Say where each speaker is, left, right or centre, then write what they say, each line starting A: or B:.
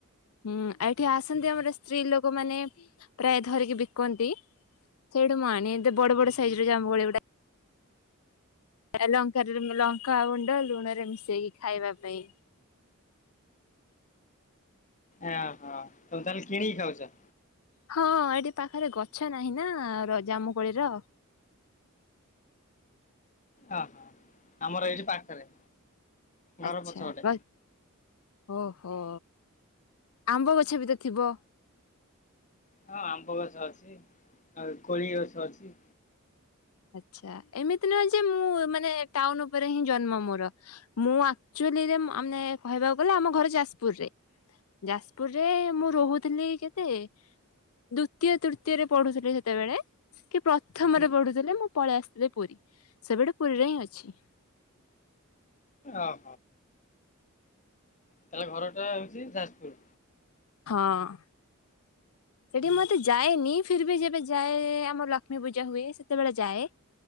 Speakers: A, on the left (about 80°); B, on the left (about 35°).
A: ହୁଁ ଏଇଠି ଆସନ୍ତି ଆମର ସ୍ତ୍ରୀ ଲୋକମାନେ ପ୍ରାୟ ଧରିକି ବିକନ୍ତି। ସେଇଠୁ ମୁଁ ଆଣେ ଏତ ବଡ ବଡ ସାଇଜର ଜାମୁ କୋଳି ଗୋଟା ଆ ଏ ଲଙ୍କାଟାରେ ଲଙ୍କା ଗୁଣ୍ଡ ଲୁଣରେ ମିଶେଇକି ଖାଇବା ପାଇଁ।
B: ଏ ଆଉ ହଁ ତମେ ତାହେଲେ କିଣିକି ଖାଉଚ?
A: ହଁ ଏଠି ପାଖରେ ଗଛ ନାହିଁ ନା ର ଜାମୁକୋଳିର।
B: ଅ ହ ଆମର ଏଇଠି ପାଖରେ ଘର
A: ଆଚ୍ଛା
B: ପଛପଟେ।
A: ର <unintelligible> ଓହୋ ଆମ୍ବ ଗଛ ବି ତ ଥିବ।
B: ହଁ ଆମ୍ବ ଗଛ ଅଛି ଆଉ କୋଳି ଗଛ ଅଛି।
A: ଆଚ୍ଛା ଏମିତି ନୁହଁ ଯେ ମୁଁ ମାନେ ଟାଉନ ଉପରେ ହିଁ ଜନ୍ମ ମୋର। ମୁଁ ଆକଚ୍ୟୋଲିରେ <unintelligible> ମାନେ କହିବାକୁ ଗଲେ ଆମ ଘର ଯାଜପୁରରେ। ଯାଜପୁରରେ ମୁଁ ରହୁଥିଲି କେତେ ଦୁତୀୟ ତୃତୀୟରେ ପଢୁଥିଲି ସେତେବେଳେ କି ପ୍ର କି ପ୍ରଥମରେ
B: ହୁଁ।
A: ପଢୁଥିଲି ମୁଁ ପଳେଇ ଆସିଥିଲି ପୁରୀ ସେବେଠୁ ପୁରିରେ ହିଁ ଅଛି।
B: ଆହ। ତାହେଲେ ଘରଟା ହୋଉଚି ଯାଜପୁର।
A: ହଁ। ସେଠି ମୁଁ ଏତେ ଯାଏନି ଫିର୍ ବି ଯେବେ ଯାଏ ଆମର ଲକ୍ଷ୍ମୀ ପୂଜା ହୁଏ ସେତେବେଳେ ଯାଏ।